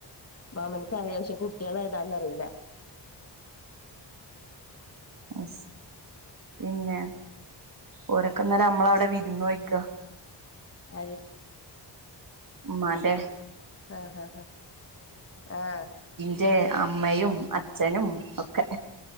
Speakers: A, on the left; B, on the right.
A: മാമനക്ക് അറിയാം പക്ഷെ കുട്ടികള ഏതാന്നറിയില്ല
B: അ പിന്നെ ഓരൊക്കെന്നാലും നമ്മള അവിടെ വിരുന്ന് വോയ്ക്ക
A: അ
B: ഉമ്മാന്റെ
A: ആഹ് ഹഹ് ഹഹ ആഹ
B: ജ അമ്മയും അച്ഛനും ഒക്കെ